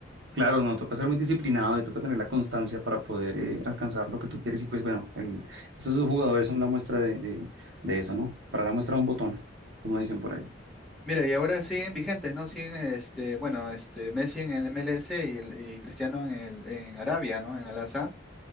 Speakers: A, on the right; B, in the centre.
A: claro, no, toca ser muy disciplinado y toca tener la constancia para poder eh, alcanzar lo que tú quieres. Y pues bueno, el- esos dos jugadores son la muestra de, de, de eso, ¿no? Para la muestra de un botón, como dicen por ahí.
B: Mira, y ahora siguen vigentes, ¿no? Siguen, este, bueno, este, Messi en el MLS y, el- y Cristiano en el, en Arabia, ¿no? En Al-Azhar